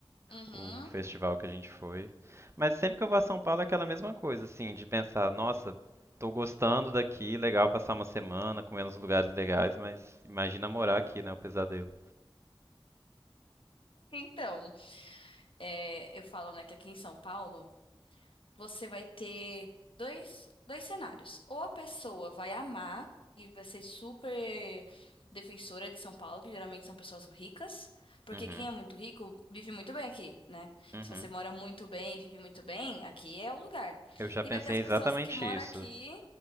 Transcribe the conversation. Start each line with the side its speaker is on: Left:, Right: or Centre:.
Left: Uhum.
Right: o festival que a gente foi. Mas sempre que eu vou a São Paulo é aquela mesma coisa, assim, de pensar, nossa, tô gostando daqui, legal passar uma semana, comer nos lugares legais, mas imagina morar aqui, né, o pesadelo.
Left: Então, é, eu falo, né, que aqui em São Paulo. você vai ter dois, dois cenários. Ou a pessoa vai amar e vai ser super defensora de São Paulo, que geralmente são pessoas ricas, porque
Right: Uhum,
Left: quem é muito rico vive muito bem aqui, né?
Right: uhum.
Left: Se você mora muito bem, vive muito bem, aqui é o lugar.
Right: Eu já
Left: E
Right: pensei
Left: vai ter as
Right: exatamente
Left: pessoas que moram
Right: isso.
Left: aqui,